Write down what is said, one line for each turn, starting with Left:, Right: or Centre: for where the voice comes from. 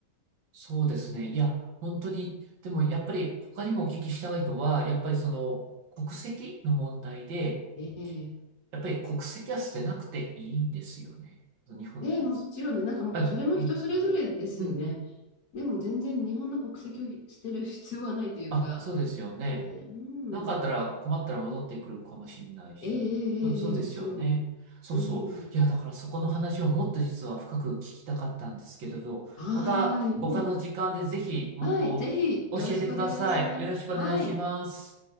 Right: そうですね。いや、本当に、でもやっぱり他にもお聞きしたいのは、やっぱりその国籍の問題で、
Left: ええ
Right: やっぱり国籍は捨てなくていいんですよね。日本の国籍。
Left: で、もちろんで、なんかもうそれも人それぞれですよね。
Right: あ、うん、うん、うん。
Left: でも全然日本の国籍を捨てる必要はないというか、
Right: あ、そうですよね。
Left: ね、うん。
Right: なかあったら困ったら戻ってくるかもしれないし。
Left: ええええええもちろん。
Right: そう、そうですよね。そうそう。
Left: うん。
Right: いや、だからそこの話をもっと実は深く聞きたかったんですけれど、
Left: はーい。
Right: また他の時間でぜひもっと教えてください。
Left: はい、ぜひよろしくお願いします。
Right: よろしくお願いします。
Left: はい。